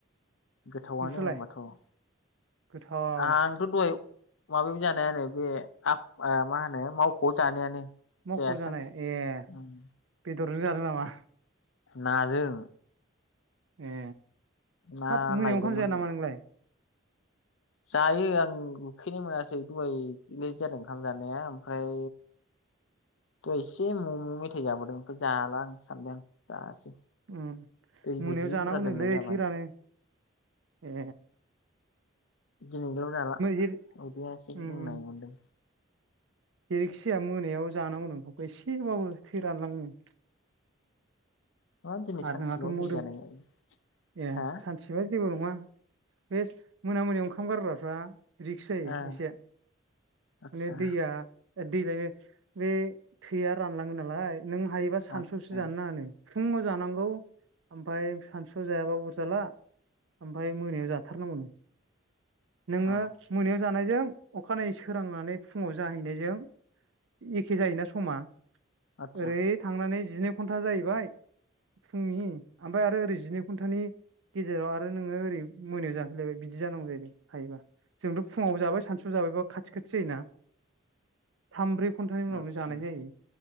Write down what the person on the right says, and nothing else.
नोंसोरलाय
गोथाव
मख'
जानाय ए
बेदरजों जादों नामा?
ए
हाब मोनायाव
ओंखाम जाया नामा नोंलाय?
उम
मोनायाव
जानांगौनोलै
थैरानो ए
जेरै
उम
उम
जेरैखि जाया मोनायाव जानांगौ ओंखामखौ एसेबाबो थै रानलांङोनो।
आरो
जोंहाथ'
मोदोम
ए
सानसेबा जेबो नङा बे मोना मोनायाव ओं ओंखाम गारग्राफ्रा रिक्स जायो
एसे
माने दैया दैलायनो बे थैया रानलाङो नालाय नों हायोबा सानसुसो
जानो नाङानो फुफुङाव जानांगौ ओमफ्राय सानसुआव जायाबाबो अरजाला ओमफाय मोनायाव जाथारनांगौनो। नोङो
मोनायाव जानाय जों अखानायै सोरांनानै फुङाव जाहैनायजों एखे जायोना समा
ओरै थांनानै जिनै घन्टा जाहैबाय फुंनि ओमफ्राय आरो ओरै जिनै घन्टानि गेजेराव आरो नोङो ओरै मोनायाव जाफैलायबाय बिदि जानांगौ जाहैदों। हायोबा जोंथ' फुङावबो जाबाय सानसु जाबायबा खाथि खाथि जायोना थामब्रै घन्टानि उनावनो
जानाय जायो।